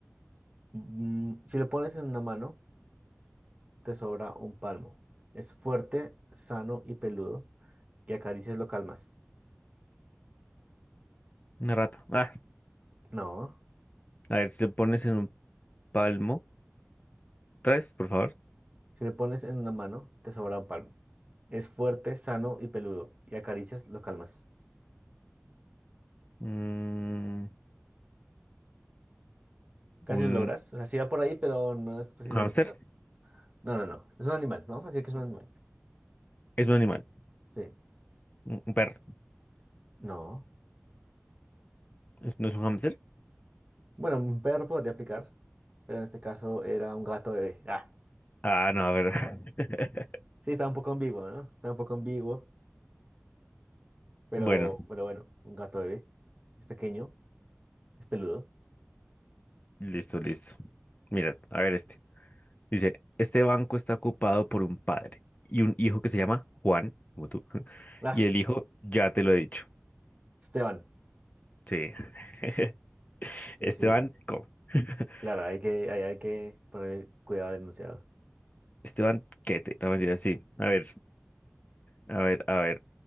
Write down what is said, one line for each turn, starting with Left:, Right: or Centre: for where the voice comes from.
Right: Mm, si lo pones en una mano, te sobra un palmo. Es fuerte, sano y peludo. Y acaricias lo calmas.
Left: Una rata. Ah,
Right: No.
Left: a ver, si te pones en un palmo. Tres, por favor.
Right: Si lo pones en una mano, te sobra un palmo. Es fuerte, sano y peludo. Y acaricias lo calmas.
Left: Mm,
Right: Casi
Left: un
Right: lo logras. O sea, sí va por ahí, pero no es precisamente.
Left: hámster.
Right: No, no, no. Es un animal. Vamos a decir que es un animal.
Left: Es un animal.
Right: Sí.
Left: Un un perro.
Right: No.
Left: ¿Es- ¿No es un hámster?
Right: Bueno, un perro podría aplicar, pero en este caso era un gato bebé. Ah,
Left: Ah, no, a ver. <laughs>
Right: sí, estaba un poco ambiguo, ¿no? Estaba un poco ambiguo, pero,
Left: Bueno.
Right: pero bueno, un gato bebé. Es pequeño, es peludo.
Left: Listo, listo. Mira, a ver este. Dice, este banco está ocupado por un padre y un hijo que se llama Juan, como tú. <laughs>
Right: Ah,
Left: Y el hijo, ya te lo he dicho.
Right: Esteban.
Left: Sí. <laughs>
Right: Sí,
Left: Este
Right: sí, sí.
Left: banco. <laughs>
Right: Claro, hay que, hay, hay que poner cuidado al enunciado.
Left: Este banquete. No, mentira, sí. A ver, a ver, a ver.